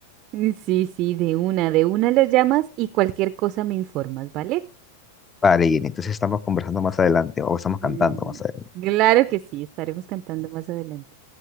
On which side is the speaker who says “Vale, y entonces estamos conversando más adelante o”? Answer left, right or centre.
Left